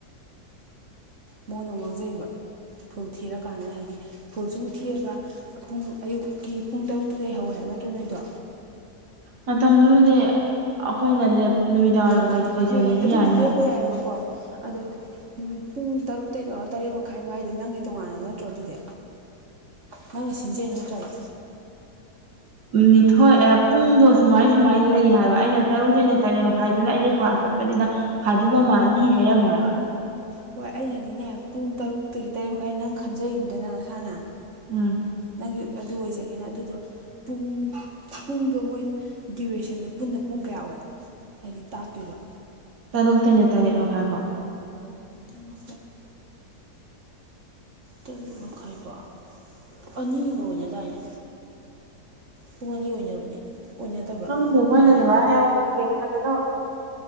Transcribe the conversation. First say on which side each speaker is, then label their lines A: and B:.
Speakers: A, on the right; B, on the right.
A: ꯃꯉꯣꯟꯗ ꯑꯃꯨ ꯃꯥꯡꯖꯩꯑꯕ ꯐꯨꯜ ꯊꯤꯔꯀꯥꯟꯗ ꯍꯥꯏꯗꯤ ꯐꯨꯜ ꯁꯨꯝ ꯊꯤꯔꯒ ꯄꯨꯡ ꯑꯌꯨꯛꯀꯤ ꯄꯨꯡ ꯇꯔꯨꯛꯇꯨꯗꯩ ꯍꯧꯋꯦ ꯍꯥꯏꯕ ꯅꯠꯇ꯭ꯔꯣ ꯅꯣꯏꯗꯣ
B: ꯃꯇꯝꯗꯨꯗꯤ ꯑꯩꯈꯣꯏꯅꯅꯦ ꯅꯨꯃꯤꯗꯥꯡ
A: ꯍꯣꯏ
B: ꯑꯣꯏꯖꯒꯦꯁꯤ
A: ꯍꯣꯏ ꯑꯗꯨꯝ
B: ꯌꯥꯅꯤ
A: ꯂꯦꯞꯄ
B: ꯍꯥꯏꯕ
A: ꯌꯥꯏꯑꯕꯀꯣ ꯑꯗꯣ ꯄꯨꯡ ꯇꯔꯨꯛꯇꯩꯩ ꯇꯧꯔ ꯇꯔꯦꯠ ꯃꯈꯥꯏꯐꯥꯎ ꯍꯥꯏꯗꯣ ꯅꯪꯒꯤ ꯇꯣꯉꯥꯟꯅ ꯅꯠꯇ꯭ꯔꯣ ꯑꯗꯨꯗꯤ ꯅꯪꯅ ꯁꯤꯟꯖꯩ ꯅꯠꯇ꯭ꯔꯕ
B: ꯎ ꯅꯤꯊꯣꯏ ꯄꯨꯡꯗꯣ ꯁꯨꯃꯥꯏ ꯁꯨꯃꯥꯏꯅ ꯂꯩ ꯍꯥꯏꯕ ꯑꯩꯅ ꯇꯔꯨꯛꯇꯩꯩꯅ ꯇꯔꯦꯠ ꯃꯈꯥꯏ ꯑꯗꯨꯅ ꯑꯩꯗ ꯀ꯭ꯂꯥꯁ ꯆꯠꯄꯅꯤꯅ ꯐꯥꯗꯕ ꯃꯥꯜꯂꯤ ꯍꯥꯏꯔꯝꯃꯦ ꯍꯥꯏꯕ
A: ꯍꯣꯏ ꯑꯩꯅꯗꯤꯅꯦ ꯄꯨꯡ ꯇꯔꯨꯛꯇꯒꯤ ꯇꯔꯦꯠ ꯃꯈꯥꯏ ꯅꯪ ꯈꯟꯖꯔꯤꯅꯤꯗꯅ ꯅꯁꯥꯅ
B: ꯎꯝ
A: ꯅꯪꯒꯤ ꯑꯗꯨ ꯑꯣꯏꯖꯒꯦꯅ ꯑꯗꯨꯗꯣ ꯄꯨꯡ ꯄꯨꯡꯗꯣ ꯃꯣꯏ ꯗ꯭ꯌꯨꯔꯦꯁꯟꯗꯣ ꯄꯨꯟꯅ ꯄꯨꯡ ꯀꯌꯥ ꯑꯣꯏ ꯍꯥꯏꯗꯤ ꯇꯥꯛꯇꯣꯏꯗꯣ
B: ꯇꯔꯨꯛꯇꯩꯩꯅ ꯇꯔꯦꯠ ꯃꯈꯥꯏꯐꯥꯎ
A: ꯇꯃ ꯇꯔꯦꯠ ꯃꯈꯥꯏ ꯐꯥꯎ ꯑꯅꯤꯒ ꯑꯣꯏꯅꯗꯥꯏꯅꯦ ꯄꯨꯡ ꯑꯅꯤ ꯑꯣꯏꯅꯕꯅꯦ ꯑꯣꯏꯅꯗꯕ꯭ꯔꯥ
B: ꯈꯪꯗꯦ ꯃꯥꯏꯅ
A: ꯅꯣꯏꯒꯤ
B: <unintelligible> ꯀꯩꯅꯣ